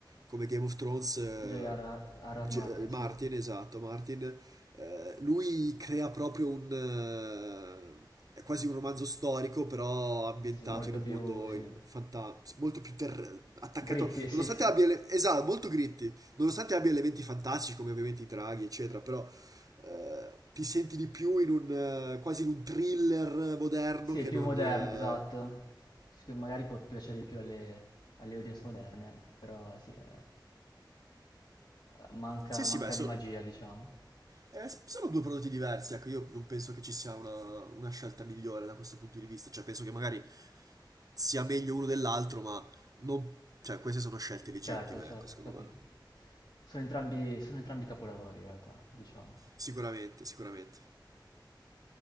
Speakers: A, on the right; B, on the left.
A: come Game of Thrones, eh,
B: J.R.R. R.
A: G-
B: R. Martin,
A: eh,
B: sì.
A: Martin, esatto, Martin, eh, lui crea proprio un... eh, è quasi un romanzo storico, però ambientato
B: Sì, molto
A: in un
B: più,
A: mondo
B: sì.
A: in fanta- molto più ter- attaccato,
B: Gritty, <laughs> sì,
A: nonostante
B: sì.
A: abbia, ele- esatto, molto gritti, nonostante abbia elementi fantastici come ovviamente i draghi, eccetera, però eh, ti senti di più in un eh, quasi in un thriller moderno
B: Sì,
A: che
B: più
A: non...
B: moderno,
A: eh,
B: esatto. Sì, magari può piacere di più alle, alle audience moderne, però sì, eh, manca,
A: Sì, sì,
B: manca
A: beh, so-
B: di magia, diciamo.
A: Eh, s- sono due prodotti diversi, ecco, io non penso che ci sia una, una scelta migliore da questo punto di vista, cioè penso che magari sia meglio uno dell'altro, ma non... cioè queste sono scelte legittime,
B: Certo, certo,
A: ecco, secondo
B: capito.
A: me.
B: Sono entrambi, sono entrambi capolavori in realtà, diciamo.
A: Sicuramente, sicuramente.